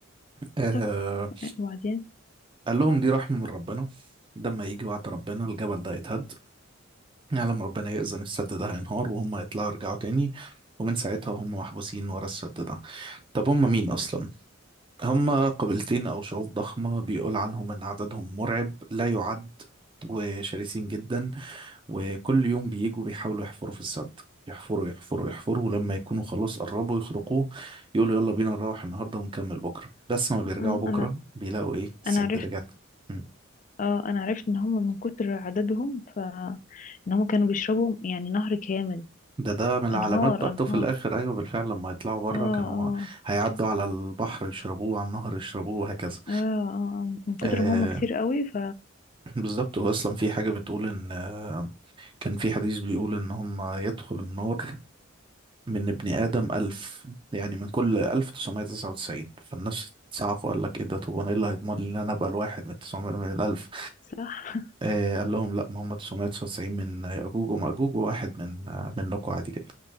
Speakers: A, on the right; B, on the left.
A: آه
B: طب وبعدين
A: قال لهم دي رحمة من ربنا ده لما يجي وعد ربنا الجبل ده يتهد يعلم ربنا يأذن السد ده هينهار وهم يطلعوا يرجعوا تاني ومن ساعتها هم محبوسين ورا السد ده طب هم مين أصلا؟ هم قبيلتين أو شعوب ضخمة بيقول عنهم إن عددهم مرعب لا يعد وشرسين جدا وكل يوم بيجوا بيحاولوا يحفروا في السد يحفروا يحفروا يحفروا ولما يكونوا خلاص قربوا يخرقوه يقولوا يلا بينا نروح النهارده ونكمل بكره بس ما بيرجعوا
B: مم،
A: بكره
B: انا
A: بيلاقوا ايه السد
B: انا عرفت
A: رجع تاني. مم.
B: اه انا عرفت ان هم من كتر عددهم ف ان هم كانوا بيشربوا يعني نهر كامل
A: ده ده من العلامات
B: انهار
A: برضه
B: انهار
A: في الاخر ايوه بالفعل لما يطلعوا بره
B: اه
A: كانوا
B: اه
A: ه- هيعدوا على البحر يشربوه على النهر يشربوه وهكذا
B: اه اه آه. من كتر
A: آه
B: ما هم كتير قوي ف
A: بالظبط هو اصلا في حاجه بتقول ان آه كان في حديث بيقول ان هم يدخل النار من ابن آدم ألف يعني من كل ألف تسعمائة تسعة وتسعين فالناس صعقوا قال لك إيه ده طب أنا إيه اللي هيضمن لي إن أنا أبقى الواحد من التسعمائة من الألف
B: صح
A: آه قال لهم لا ما هم 999 من يأجوج ومأجوج وواحد من آه منكم عادي جدا